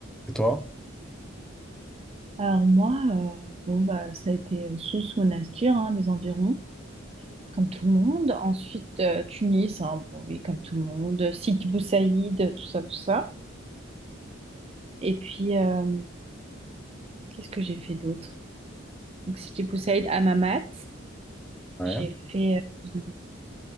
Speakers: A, in the centre; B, on the right.
A: Et toi?
B: Alors, moi, euh, bon, bah, ça a été euh, sous Monastir, hein, les environs. comme tout le monde. Ensuite, euh, Tunis, hein, bon, oui, comme tout le monde. Sidi Bou Saïd, tout ça, tout ça. Et puis, euh, qu'est-ce que j'ai fait d'autre? Donc, Sidi Bou Saïd, Hammamet.
A: Ouais.
B: J'ai fait. euh,